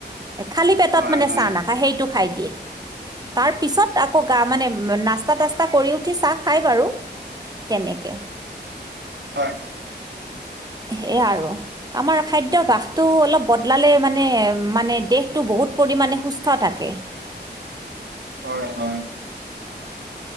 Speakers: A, on the right; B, on the right.
A: খালি পেট
B: হয়,
A: ত মানে
B: হয়,
A: চাহ নাখায়, সেইটো দিয়ে তাৰ পিছত আকৌ গা মানে নাস্তা তাস্তা তা কৰি উঠি চাহ খায় বাৰু, তেনেকে।
B: হয়।
A: সেয়াই আৰু, আমাৰ খাদ্যভাসটো অলপ বদলালে মানে মানে দেহটো বহুত পৰিমাণে সুস্থ থাকে।
B: হয়, হয়।